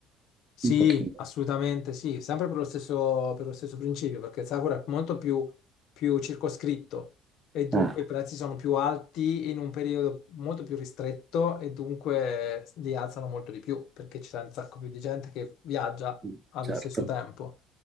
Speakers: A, on the left; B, on the right.
A: Sì,
B: un pochino.
A: assolutamente sì, sempre per lo stesso, per lo stesso principio, perché il Sakura è molto più, più circoscritto e dunque
B: Eh,
A: i prezzi sono più alti in un periodo molto più ristretto e dunque li alzano molto di più perché ci sarà un sacco più di gente che viaggia
B: mm,
A: allo
B: certo,
A: stesso tempo